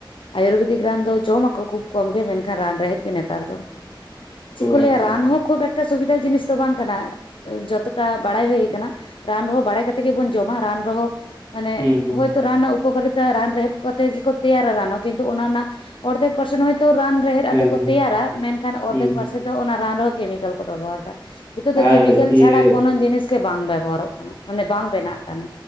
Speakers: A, on the left; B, on the left.
A: ᱟᱭᱩᱨᱵᱮᱫᱤᱠ ᱨᱟᱱ ᱫᱚ ᱡᱚᱢᱟᱠᱚ ᱠᱷᱩᱵ ᱠᱚᱢ ᱜᱮ, ᱢᱮᱱᱠᱷᱟᱱ ᱨᱟᱱ ᱨᱮᱦᱮᱫ ᱜᱮ ᱱᱮᱛᱟᱨ ᱫᱚ᱾ ᱪᱤᱜ
B: ᱚ
A: ᱠᱚ ᱞᱟᱹᱭᱟ
B: ᱟᱪᱪᱷᱟ
A: ᱨᱟᱱ
B: ᱟᱪᱪᱷᱟ
A: ᱦᱚᱸ ᱠᱷᱩᱵ ᱮᱠ ᱴᱟ ᱥᱩᱵᱤᱫᱷᱟ ᱡᱤᱱᱤᱥ ᱫᱚ ᱵᱟᱝ ᱠᱟᱱᱟ, ᱡᱚᱛᱚᱴᱟ ᱵᱟᱲᱟᱭ ᱦᱩᱭ ᱠᱟᱱᱟ, ᱨᱟᱱ ᱨᱮᱦᱚᱸ ᱵᱟᱲᱟᱭ ᱠᱟᱛᱮᱜ ᱜᱮᱵᱚᱱ ᱡᱚᱢᱟ, ᱨᱟᱱ ᱨᱮᱦᱚᱸ ᱢᱟᱱᱮ
B: ᱦᱩᱸ ᱦᱩᱸ
A: ᱦᱳᱭ ᱨᱟᱱ ᱨᱮᱱᱟᱜ ᱩᱯᱚᱠᱟᱨᱤᱛᱟ ᱨᱟᱱ ᱨᱮᱦᱮᱫ ᱠᱟᱛᱮ ᱜᱮᱠᱚ ᱛᱮᱭᱟᱨᱟ ᱨᱟᱱ ᱦᱚᱸ ᱠᱤᱱᱛᱩ ᱚᱱᱟ ᱨᱮᱱᱟᱜ ᱚᱨᱫᱷᱮᱠ ᱯᱟᱨᱥᱮᱱ ᱦᱚᱭᱛᱚ ᱨᱟᱱ ᱨᱮᱦᱮᱫ
B: ᱦᱮᱸ
A: ᱟᱛᱮᱫ ᱠᱚ
B: ᱦᱮᱸ
A: ᱛᱮᱭᱟᱨᱟ, ᱢᱮᱱᱠᱷᱟᱱ ᱚᱨᱫᱷᱮᱠ
B: ᱦᱩᱸ
A: ᱯᱟᱨᱥᱮᱱ ᱫᱚ ᱚᱱᱟ ᱨᱟᱱ ᱨᱮᱦᱚᱸ ᱠᱮᱢᱤᱠᱮᱞ ᱠᱚ ᱵᱮᱵᱚᱦᱟᱨ ᱫᱟ᱾ ᱱᱤᱛᱚᱜ ᱫᱚ
B: ᱟᱨ
A: ᱠᱮᱢᱤᱠᱮᱞ
B: ᱫᱤᱭᱮ
A: ᱪᱷᱟᱲᱟ ᱠᱚᱱᱚ ᱡᱤᱱᱤᱥ ᱜᱮ ᱵᱟᱝ ᱵᱮᱵᱚᱦᱟᱨᱚᱜ ᱠᱟᱱᱟ, ᱢᱟᱱᱮ ᱵᱟᱝ ᱵᱮᱱᱟᱜ ᱠᱟᱱᱟ᱾